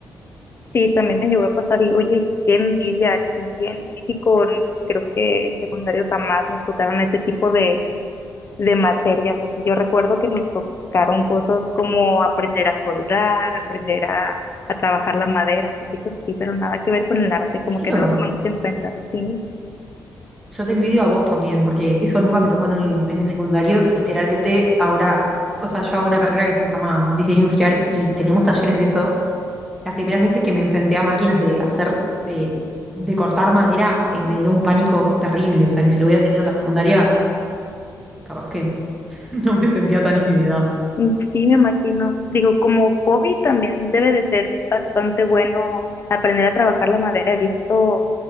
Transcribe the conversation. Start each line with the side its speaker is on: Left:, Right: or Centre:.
Left: Sí, también me llegó a pasar y oye, qué envidia aquí en México, creo que en secundario jamás nos tocaron ese tipo de de materias. Aquí yo recuerdo que nos tocaron cosas como aprender a soldar, aprender a, a trabajar la madera, cositas así, pero nada que ver con el arte,
Centre: ¿En serio?
Left: como que no lo tomamos en cuenta. Sí,
Centre: Yo te envidio a vos también, porque eso nunca me tocó en el, en el secundario y literalmente ahora, o sea, yo hago una carrera que se llama diseño industrial y tenemos talleres de eso. Las primeras veces que me enfrenté a máquinas de hacer, eh, de cortar madera, eh, me dio un pánico terrible. O sea, que si lo hubiera tenido en la secundaria, capaz que <laughs> no me sentía tan intimidada.
Left: Mm, sí, me imagino. Digo, como hobby también debe de ser bastante bueno aprender a trabajar la madera. He visto